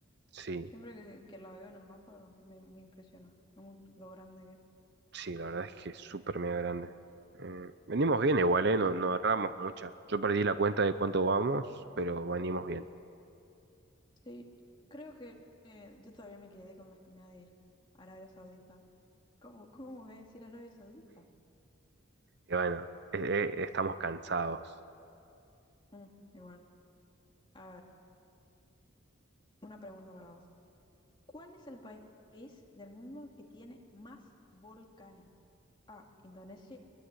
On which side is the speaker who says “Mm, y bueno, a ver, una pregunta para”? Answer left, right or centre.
Left